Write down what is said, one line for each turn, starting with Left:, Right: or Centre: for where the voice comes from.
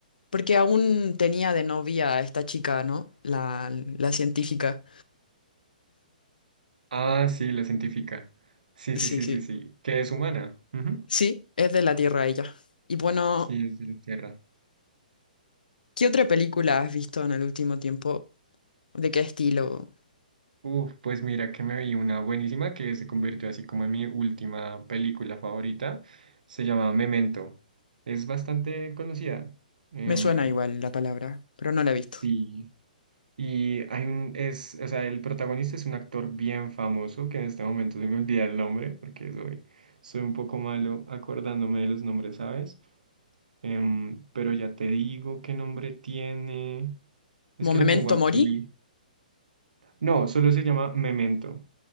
Left: Porque aún tenía de novia a esta chica, ¿no? La, la científica.
Right: Ah, sí, la científica. Sí,
Left: Sí,
Right: sí, sí,
Left: sí.
Right: sí, sí. Que es humana. Ujú.
Left: Sí, es de la Tierra ella. Y bueno,
Right: Sí, es de la Tierra.
Left: ¿qué otra película has visto en el último tiempo? ¿De qué estilo?
Right: Uf, pues mira que me vi una buenísima que se convirtió así como en mi última película favorita. Se llama Memento. Es bastante conocida. Em,
Left: Me suena igual la palabra, pero no la he visto.
Right: sí. Y hay un, es, o sea, el protagonista es un actor bien famoso, que en este momento se me olvida el nombre, porque soy, soy un poco malo acordándome de los nombres, ¿sabes? Em, pero ya te digo qué nombre tiene. Es
Left: Como
Right: que
Left: Memento
Right: lo tengo aquí.
Left: Mori,
Right: No, solo se llama Memento.